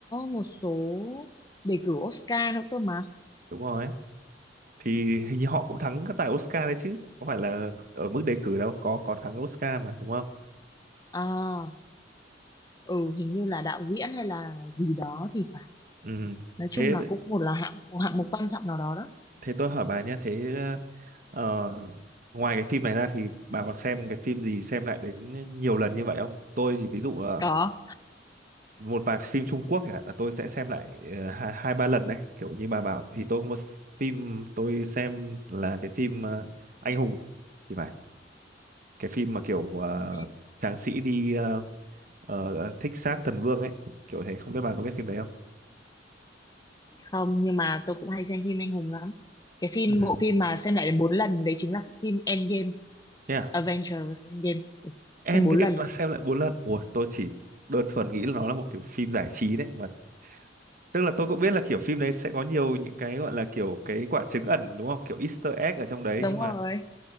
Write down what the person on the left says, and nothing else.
một số đề cử Oscar nữa cơ mà
À, ừ hình như là đạo diễn hay là gì đó thì phải
nói
chung là cũng một là hạng một hạng mục quan trọng nào đó đó
có
Thế
không nhưng mà tôi cũng hay xem phim anh hùng lắm cái phim
bộ phim mà xem lại đến bốn lần đấy chính là phim Endgame
Avengers Endgame ừ,
xem bốn lần
lận
Đúng
rồi.